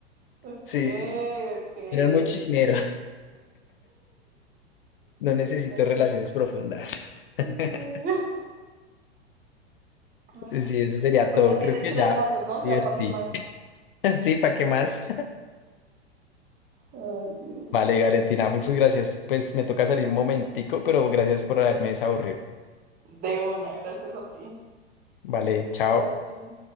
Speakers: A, on the right (about 25°); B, on the left (about 50°).
A: Ok,
B: Sí,
A: ok.
B: tener mucho dinero. <laughs> No necesito
A: Ay,
B: relaciones profundas.
A: qué bueno.
B: <laughs>
A: Ay,
B: Sí,
A: qué chistoso.
B: eso sería
A: Pues
B: todo.
A: ya tienes
B: Creo que
A: tres
B: ya
A: gatos, ¿no? Ya,
B: divertí.
A: ¿para qué más?
B: <laughs> Sí, ¿para qué más?
A: Ay, Dios.
B: <laughs> Vale, Valentina, muchas gracias. Pues me toca salir un momentico, pero gracias por haberme desaburrido.
A: De una, gracias a ti.
B: Vale, chao.
A: Bye.